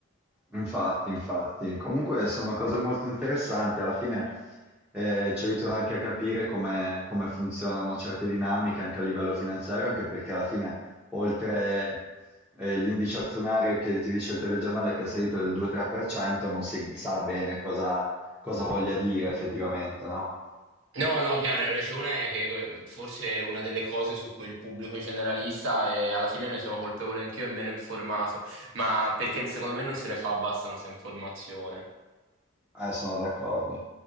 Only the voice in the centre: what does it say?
Infatti, infatti. Comunque sono cose molto interessanti. Alla fine eh, ci aiutano anche a capire come, come funzionano certe dinamiche anche a livello finanziario, anche perché alla fine, oltre eh, l'indice azionario che ti dice il telegiornale che è salito del 2-3%, non si sa bene cosa, cosa voglia dire effettivamente, no?
Eh, sono d'accordo.